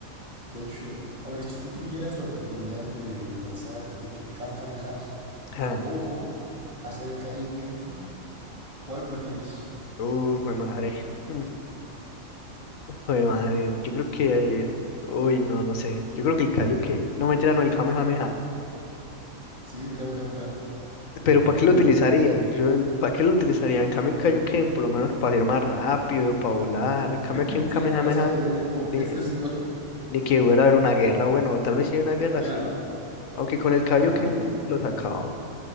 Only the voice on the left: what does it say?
<laughs>
uh fue madre. Mm, Fue madre. Yo creo que. eh, uy, no, no sé. Yo creo que el Kaioken. No, mentira, no, el Kamehameha.
Pero ¿para qué
lo utilizarían? Yo, ¿para qué lo utilizarían? En cambio, el Kaioken, por lo menos para ir más rápido, para volar. En cambio,
aquí un
Kamehameha,
ni,
ni que hubiera haber una guerra. Bueno, tal vez si hay una guerra,
sí. Aunque con el Kaioken
lo sacaba.